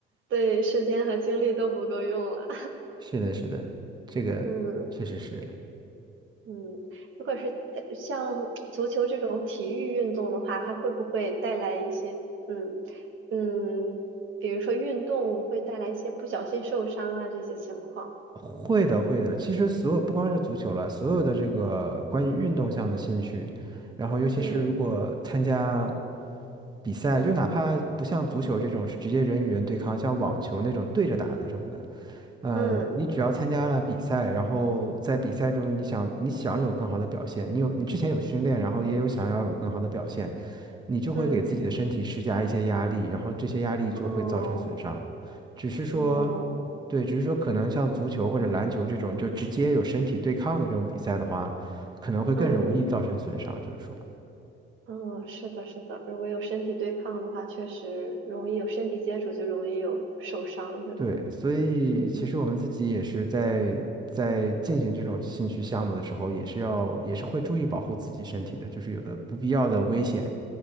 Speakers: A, on the right; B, on the right.
A: 对，时间和精力都不够用了，
B: 是的，是的，这个确实是
A: <laughs> 嗯。嗯，如果是呃像足球这种体育运动的话，它会不会带来一些嗯嗯，比如说运动会带来一些不小心受伤啊这些情况？
B: 会的，会的。其实所有不光是足球了，所有的这个关于运动项的兴趣，然后尤其是如果参加
A: 嗯
B: 比赛，就哪怕不像足球这种是直接人与人对抗，像网球那种对着打的什么的，嗯、
A: 嗯
B: 你只要参加了比赛，然后在比赛中你想你想有更好的表现，你有你之前有训练，然后也有想要有更好的表现，你就会给自己的身体施加一些压力，
A: 嗯，
B: 然后这些压力就会造成损伤。
A: 哦
B: 只是说，
A: 哦
B: 对，只是说可能像足球或者篮球这种就直接有身体对抗的这种比赛的话，可能会更容易造成损伤，
A: 嗯
B: 就是说，
A: 嗯，是的，是的，如果有身体对抗的话，确实容易有身体接触，就容易有受伤，是吧？
B: 对，所以其实我们自己也是在在进行这种兴趣项目的时候，
A: 嗯
B: 也是要也是会注意保护自己身体的，就是有的不必要的危险